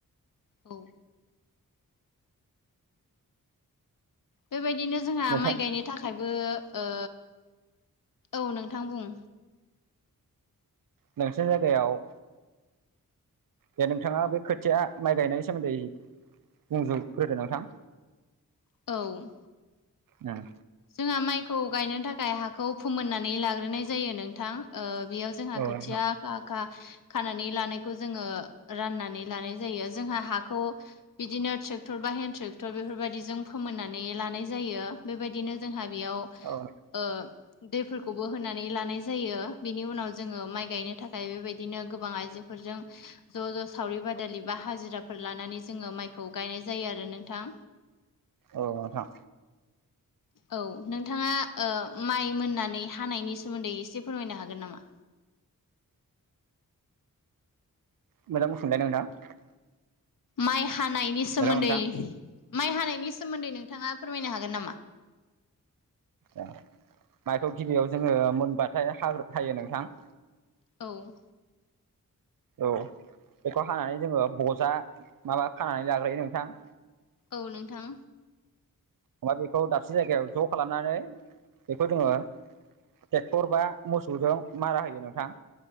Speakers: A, on the left; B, on the right.
A: औ बेबायदिनो जोंहा
B: नोंथां
A: माइ गायनो थाखायबो ओ औ नोंथां बुं
B: मोनसे जायगायाव दे नोंथाङा बे खोथिया माइ गायनायनि सोमोनदै बुंग्रोदो नोंथां
A: औ
B: उम
A: जोंहा माइखौ गायनो थाखाय हाखौ फोमोननानै लाग्रोनाय जायो नोंथां ओ बेयाव जोंहा
B: औ
A: खोथिया
B: नोंथां
A: आखा आखा खानानै लानायखौ जोङो राननानै लानाय जायो जोंहा हाखौ बिदिनो ट्रेक्टर बा हेड ट्रेक्टर बेफोरबायदिजों फोमोननानै लानाय जायो बेबायदिनो जोंहा बेयाव
B: औ
A: ओ दैफोरखौबो होनानै लानाय जायो बिनि उनाव जोङो माइ गायनो थाखाय बेबायदिनो गोबां आइजो फोरजों ज' ज' सावरि बादालि बा हाजिराफोर लानानै जोङो माइखौ गायनाय जायो आरो नोंथां
B: औ नोंथां
A: औ नोंथाङा ओ माइ मोननानै हानायनि सोमोन्दै एसे फोरमायनो हागोन नामा
B: मोजां बुंफिनलाय नोंथां
A: माइ हानायनि सोमोन्दै
B: हेलौ नोंथां
A: माइ हानायनि सोमोन्दै नोंथाङा फोरमायनो हागोन नामा
B: ए माइखौ गिबियाव जोङो मोनबाथाय हा हायो नोंथां
A: औ
B: औ बेखौ हानानै जोङो बजा माबा खानानै लाग्रोयो नोंथां
A: औ नोंथां
B: अबबा बेखौ दाबसे जायगायाव ज' खालामनानै बेखौ जोङो ट्रेक्टर बा मोसौजों मारा होयो नोंथां